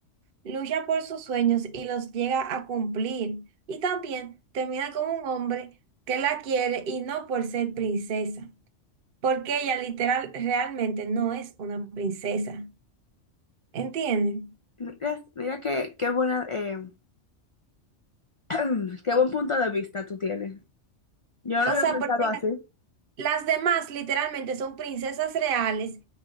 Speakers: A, on the right (about 55°); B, on the left (about 35°).
A: lucha por sus sueños y los llega a cumplir. Y también termina con un hombre que la quiere y no por ser princesa, porque ella literal realmente no es una princesa. ¿Entienden?
B: Mira, mira qué, qué buena, eh, mm, qué buen punto de vista tú tienes. Yo no
A: O
B: lo
A: sea,
B: había pensado
A: porque
B: así.
A: la- las demás literalmente son princesas reales